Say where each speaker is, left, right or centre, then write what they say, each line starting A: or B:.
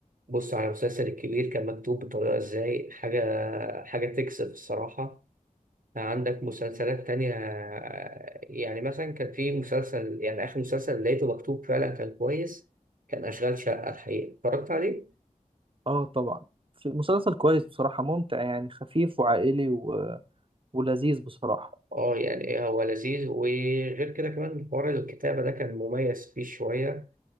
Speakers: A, on the right (about 75°); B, on the right (about 40°).
A: بص على المسلسل الكبير كان مكتوب بطريقة ازاي حاجة حاجة تكسب الصراحة عندك مسلسلات تانية آه، يعني مثلا كان في مسلسل يعني آخر مسلسل لقيته مكتوب فعلا كان كويس كان أشغال شقة الحقيقة اتفرجت عليه؟
B: اه طبعا في مسلسل كويس بصراحة ممتع يعني خفيف وعائلي و... ولذيذ بصراحة
A: اه يعني إيه، هو لذيذ وغير كده كمان حوار الكتابة ده كان مميز فيه شوية